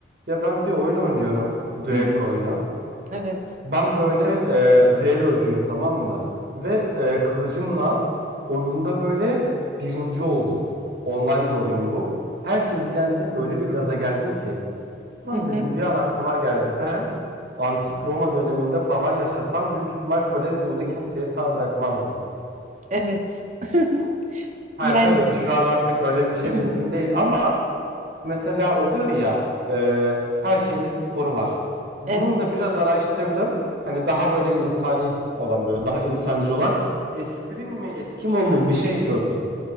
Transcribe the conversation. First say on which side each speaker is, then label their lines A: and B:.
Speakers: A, on the right; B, on the right.
A: Ya ben bir oyun oynuyorum. Düello
B: Hı hı.
A: oyunu.
B: Evet.
A: Ben böyle e, düellocuyum tamam mı? Ve e, kılıcımla oyunda böyle birinci oldum. Online bir oyun bu. Herkesi yendim öyle bir gaza geldim ki. Lan
B: Hı hı.
A: dedim bir an aklıma geldi. Ben antik Roma döneminde falan yaşasam büyük ihtimal Kolezyum'da kimseye sağ bırakmazdım.
B: Evet. <laughs>
A: Hani
B: Yani
A: tabii ki şu an artık öyle bir şey
B: <clears throat>
A: mümkün değil ama Mesela oluyor ya e, her şeyin bir sporu var. Bunun
B: evet.
A: da biraz araştırdım. Hani daha böyle insani olan böyle daha insancı olan eskrim mi eskimo mu bir şey gördüm.